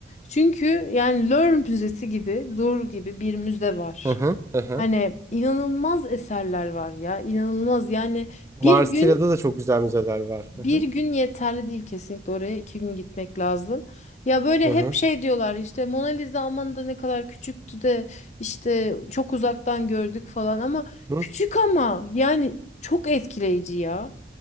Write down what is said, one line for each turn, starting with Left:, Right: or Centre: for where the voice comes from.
Left: Çünkü yani Louvre Müzesi gibi, Louvre gibi bir müze var.
Right: hı hı, hı hı.
Left: Hani inanılmaz eserler var ya, inanılmaz yani
Right: Marsilya'da
Left: bir gün
Right: da çok güzel müzeler var.
Left: Bir
Right: Hı hı,
Left: gün yeterli değil kesinlikle oraya iki gün gitmek lazım. Ya böyle
Right: hı hı,
Left: hep şey diyorlar işte Mona Lisa aman da ne kadar küçüktü de işte çok uzaktan gördük falan ama
Right: hı
Left: küçük ama yani çok etkileyici ya.